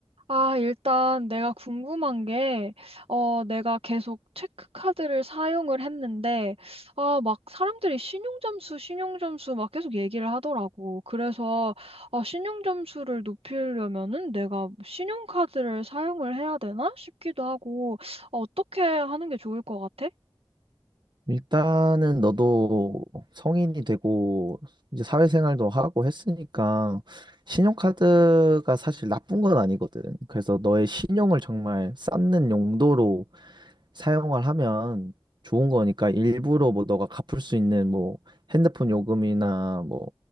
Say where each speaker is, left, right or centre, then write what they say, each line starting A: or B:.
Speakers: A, on the right; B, on the right.
A: 아, 일단 내가 궁금한 게, 어, 내가 계속 체크카드를 사용을 했는데, 아, 막 사람들이 신용점수, 신용점수 막 계속 얘기를 하더라고. 그래서, 어, 신용점수를 높이려면은 내가 신용카드를 사용을 해야 되나 싶기도 하고, 어, 어떻게 하는 게 좋을 것 같아?
B: 일단은 너도 성인이 되고, 이제 사회생활도 하고 했으니까, 신용카드가 사실 나쁜 건 아니거든. 그래서 너의 신용을 정말 쌓는 용도로 사용을 하면 좋은 거니까 일부러 뭐 너가 갚을 수 있는 뭐 핸드폰 요금이나 뭐